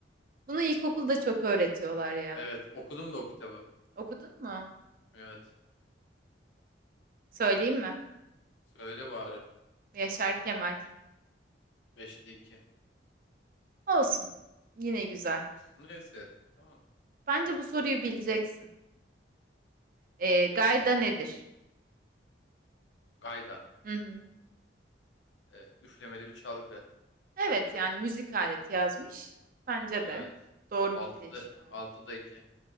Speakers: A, on the right (about 50°); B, on the left (about 80°).
A: Bunu ilkokulda çok öğretiyorlar ya.
B: Evet okudum da o kitabı.
A: Okudun mu?
B: Evet.
A: Söyleyeyim mi?
B: Söyle bari.
A: Yaşar Kemal.
B: Beşte iki.
A: Olsun. Yine güzel.
B: Olsun. Neyse. Tamam.
A: Bence bu soruyu bileceksin. Ee, gayda nedir?
B: Gayda.
A: Hı hı.
B: Ee, üflemeli bir çalgı.
A: Evet yani müzik aleti yazmış. Bence
B: Evet.
A: de. Doğru
B: altıda
A: bildin şu an.
B: altıda 2.